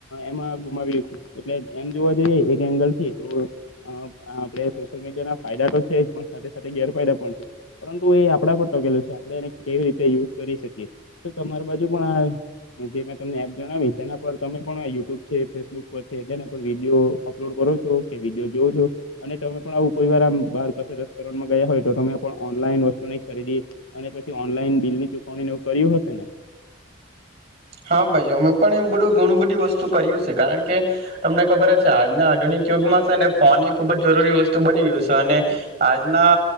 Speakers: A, on the left; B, on the right.
A: એમાં ગુમાવ્યું છે એટલે એમ જોવા જોઈએ એક એંગલ થી તો આપે સોશિયલ મીડિયા ફાયદા તો છે જ પણ સાથે સાથે ગેરફાયદા પણ છે પરંતુ એ આપણા પર ટકેલ છે આપણે એને કેવી રીતે યુઝ કરી શકીએ તો તમારી બાજુ પણ આ જે મેં તમને એપ જણાવી તેના પર તમે પણ યુટ્યુબ છે ફેસબુક પર છે તેના પર વિડીયો અપલોડ કરો અને તમે પણ આવું કોઈ વાર રેમાં ગયા હોય તો તમે ઓન વસ્તુની ખરીદી અને પછી ઓનલાઈન બિલની ચુકવણી એવું કર્યું હશે ને
B: હા ભાઈ અમે પણ એવું બધું ઘણું બધી વસ્તુ કર્યું છે કારણ કે કે તમને ખબર હ છે આજના આધુનિક યુગમાં છે ને ફોન એ ખુબ જ જરૂરી વસ્તુ બની ગયું છે અને આજના